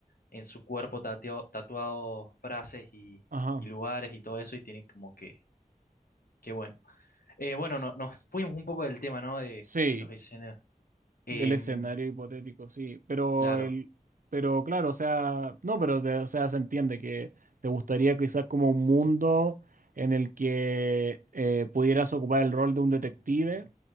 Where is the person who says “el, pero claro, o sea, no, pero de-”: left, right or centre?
Right